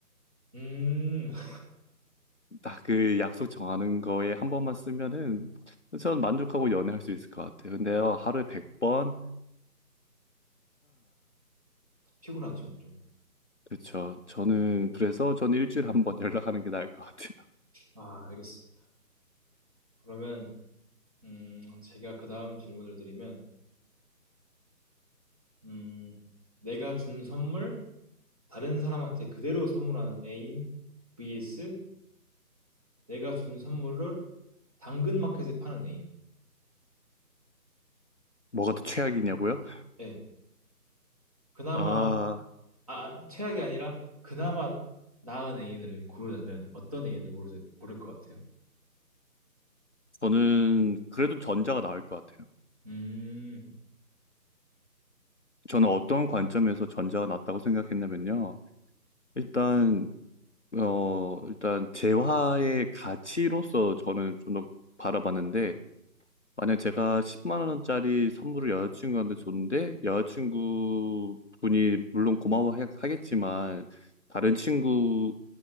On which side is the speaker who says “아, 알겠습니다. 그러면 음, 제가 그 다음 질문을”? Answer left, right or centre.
Right